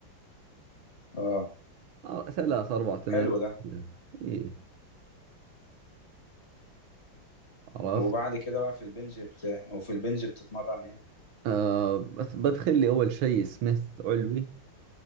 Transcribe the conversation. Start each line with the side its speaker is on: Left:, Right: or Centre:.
Left: اه
Right: آه ثلاث أربع تمارين
Left: حلو ده
Right: كذا إي عرفت
Left: وبعد كده بقى في البنج بت... وفي البنج بتتمرن ايه
Right: آه بس بدخل لي أول شيء سميث علوي